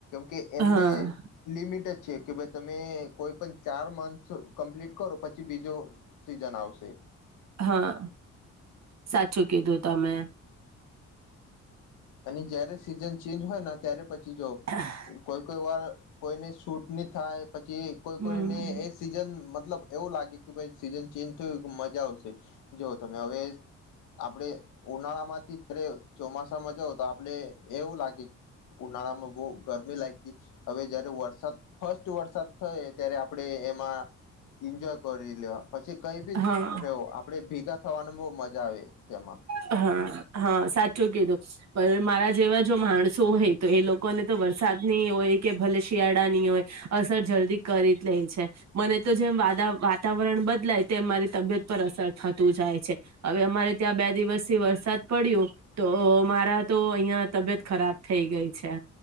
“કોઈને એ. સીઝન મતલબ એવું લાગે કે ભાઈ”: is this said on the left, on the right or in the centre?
Left